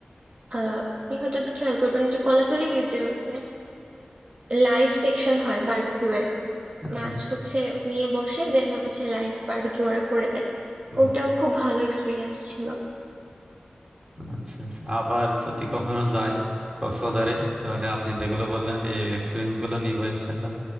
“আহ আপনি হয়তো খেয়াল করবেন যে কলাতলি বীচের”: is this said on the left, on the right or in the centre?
Right